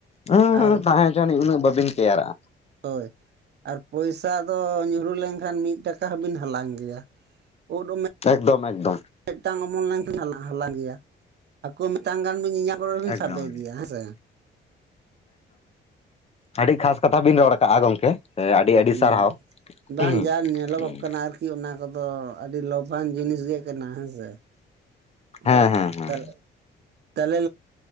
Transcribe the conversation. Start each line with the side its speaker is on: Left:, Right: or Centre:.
Left: ᱩᱸᱦᱩ ᱩᱸᱦᱩ
Right: ᱟᱨ
Left: ᱛᱟᱸᱦᱮ ᱦᱚᱪᱚᱱᱤᱡ ᱩᱱᱟᱹᱜ ᱵᱟᱵᱤᱱ ᱠᱮᱭᱟᱨᱟᱜ-ᱟ᱾
Right: ᱦᱳᱭ ᱟᱨ ᱯᱚᱭᱥᱟ ᱫᱚ ᱧᱩᱨᱩ ᱞᱮᱱᱠᱷᱟᱱ ᱢᱤᱫ ᱴᱟᱠᱟ ᱦᱚᱸᱵᱤᱱ ᱦᱟᱞᱟᱝ ᱜᱮᱭᱟ ᱩᱫ
Left: ᱮᱠᱫᱚᱢ ᱮᱠᱫᱚᱢ᱾
Right: ᱢᱮᱜᱴᱟᱝ ᱚᱢᱚᱱ ᱞᱮᱱᱠᱷᱟᱱ ᱦᱟᱞᱟ ᱦᱟᱞᱟᱝ ᱜᱮᱭᱟ᱾ ᱦᱟᱠᱩ ᱢᱮᱴᱟᱝ ᱜᱟᱱ ᱵᱤᱱ ᱧᱮᱧᱟᱢ ᱠᱚ <unintelligible>
Left: ᱮᱠᱫᱚᱢ
Right: ᱥᱟᱵᱮ ᱜᱮᱭᱟ ᱦᱮᱸᱥᱮ᱾
Left: ᱟᱰᱤ ᱠᱷᱟᱥ ᱠᱟᱛᱷᱟ ᱵᱤᱱ ᱨᱚᱲ ᱠᱟᱜ-ᱟ ᱜᱚᱢᱠᱮ᱾ ᱟᱹᱰᱤ ᱟᱹᱰᱤ
Right: ᱩᱸ
Left: ᱥᱟᱨᱦᱟᱣ ᱦᱮᱸ
Right: ᱵᱟᱝ ᱡᱟ ᱧᱮᱞᱚᱜᱚᱜ
Left: ᱦᱮᱸ
Right: ᱠᱟᱱᱟ ᱟᱨ ᱠᱤ ᱚᱱᱟ ᱠᱚᱫᱚ ᱟᱰᱤ ᱞᱚᱵᱷᱟᱱ ᱡᱤᱱᱤᱥ ᱜᱮ ᱠᱟᱱᱟ ᱦᱮᱸ ᱥᱮ᱾
Left: ᱦᱮᱸ
Right: ᱚᱸ
Left: ᱦᱮᱸ ᱦᱮᱸ
Right: ᱛᱟᱞ ᱛᱟᱞᱦᱮ᱾